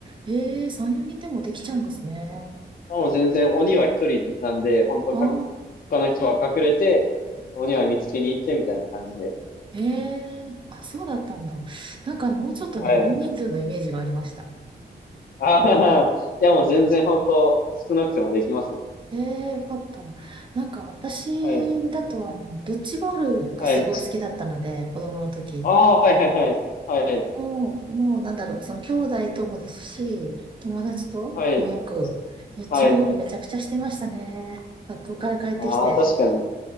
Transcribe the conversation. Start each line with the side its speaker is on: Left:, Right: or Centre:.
Right: ええ、3、4人でもできちゃうんですね。
Left: もう全然鬼は1人なんで、本当か、
Right: ああ、
Left: 他の人は隠れて、鬼は見つけに行ってみたいな感じで。
Right: ええ、あ、そうだったんだ。なんかもうちょっとね、
Left: はい。
Right: 大人数のイメージがありました。
Left: ああ、いやもう全然本当少なくてもできますよ。
Right: ええ、よかった。なんか私だと、
Left: はい。
Right: あの、ドッジボールがすごい好きだったので、
Left: はい。
Right: 子供の時。
Left: ああ、はいはいはい。はい。
Right: もう、もうなんだろう、その兄弟ともですし、友達ともよく、
Left: はい。
Right: ドッジボールめちゃくちゃしてましたね。
Left: はい。
Right: 学校から帰ってきて。
Left: ああ、確かに。